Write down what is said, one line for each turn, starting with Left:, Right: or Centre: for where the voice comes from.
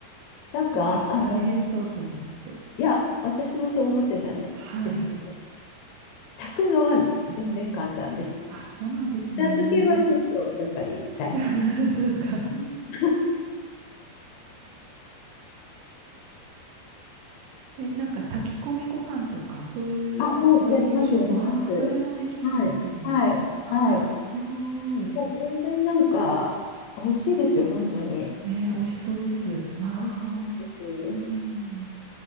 Left: なんか、
Right: なんか大変そうと思って。
Left: あの、いや、私もそう思ってたんですけど、
Right: はい。
Left: 炊くのは全然簡単です。
Right: あ、そうなんですね。
Left: 片付けはちょっとやっぱり大変で
Right: <laughs> そうか。
Left: すね。
Right: <laughs> え、なんか炊き込みご飯とかそういうバリエーションも、
Left: あ、もうやります、やります。
Right: ああ、それもできるんですね。
Left: はい、はい、
Right: ああ、
Left: はい。
Right: すごい。
Left: もう全然なんか、美味しいですよ、本当に。
Right: ね、美味しそうです。まあ、
Left: 美味しいです。
Right: うん、